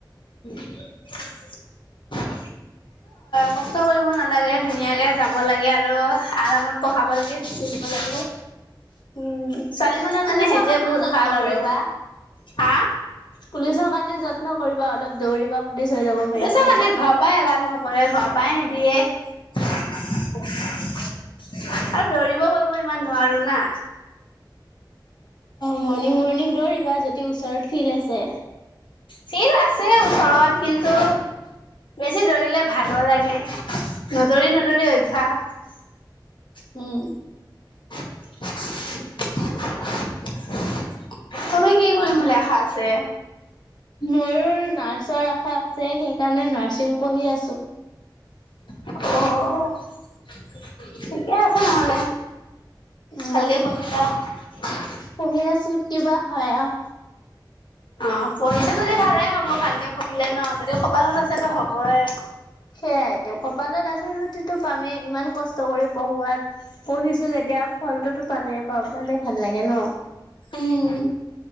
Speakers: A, on the left (about 85°); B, on the left (about 65°).
A: সেইটো হয়, কষ্ট কৰিব নালাগে ধুনীয়াকে যাব লাগে আৰু, আৰামত পঢ়াব লাগে গুছি আহিব লাগে।
B: উম
A: ছোৱালী মানুহৰ
B: পুলিচৰ
A: কাৰণে সেইটোৱেই
B: কাৰণেও
A: বহুত
B: যত্ন
A: ভাল আৰু।
B: কৰিবা।
A: হা
B: পুলিচৰ কাৰণে যত্ন কৰিবা অলপ দৌৰিবা। পুলিচ হৈ যাব পাৰিবা
A: পুলিছৰ
B: তেতিয়া।
A: কাৰণে ঘৰৰ পৰাই এলআউট ন নকৰে ঘৰৰ পায় নেদিয়ে। <inaudible> আৰু দৌৰিব কৰিব ইমান নোৱাৰো না।
B: মৰ্ণিং-মৰ্ণিং দৌৰিবা যদি যদি ওচৰত ফিল্ড আছে।
A: ফিল্ড আছে ওচৰত কিন্তু, বেছি দৌৰিলে ভাগৰ লাগে, নদৌৰি-নদৌৰি অভ্যাস।
B: উম।
A: <unintelligible> তুমি কি কৰিম বুলি আশা আছে?
B: ময়ো নাৰ্ছৰ আশা আছে, সেইকাৰণে নাৰ্ছিং পঢ়ি আছো।
A: অ-অ-অ, ঠিকে আছে নহ'লে।
B: উম।
A: ভালকে পঢ়িবা। <inaudible>
B: পঢ়ি আছো, কিবা হয় আৰু।
A: অ, পঢ়িছা যদি ভালে হ'ব ভালকে পঢ়িলে ন, যদি কপালত আছেতো হ'বেই।
B: সেইয়াইতো, কপালত যদি আছে যদিতো পামেই, ইমান কষ্ট কৰি পঢ়ো আৰ। পঢ়িছো যেতিয়া ফলটোতো পালে প পালে ভাল লাগে ন।
A: উম